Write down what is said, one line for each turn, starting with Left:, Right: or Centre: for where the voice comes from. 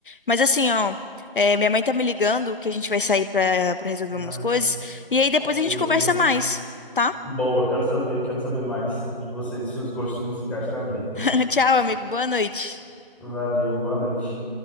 Left: Mas assim, ó, é, minha mãe tá me ligando que a gente vai sair pra, pra resolver
Centre: Né?
Left: umas coisas. E aí depois
Centre: Beleza.
Left: a gente conversa mais, tá?
Centre: Boa, quero saber, quero saber mais de vocês, de seus gostos musicais também.
Left: <laughs> Tchau, amigo. Boa noite.
Centre: Valeu, boa noite.